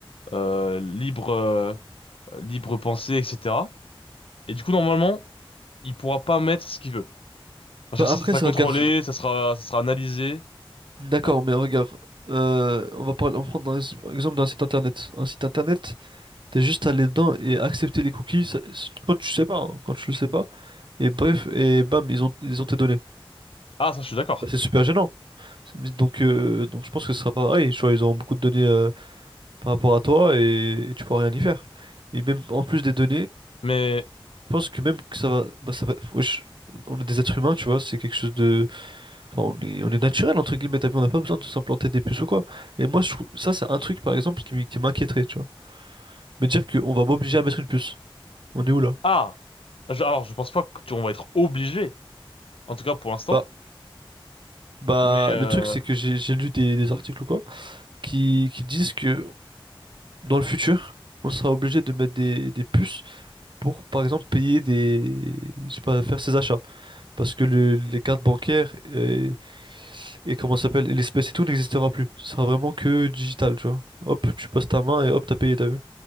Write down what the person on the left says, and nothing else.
euh, libre, euh, libre pensée, etc. Et du coup, normalement, il pourra pas mettre ce qu'il veut. Parce
que ça
sera
contrôlé,
ça sera, ça sera analysé.
tu vois.
Ah, ça, je suis d'accord.
Mais,
ah, je- alors, je pense pas qu'on va être obligé, en tout cas pour l'instant.
Mais, euh,